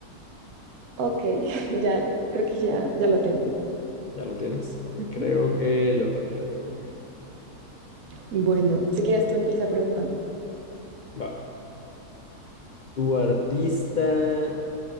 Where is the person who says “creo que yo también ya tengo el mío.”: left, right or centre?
Left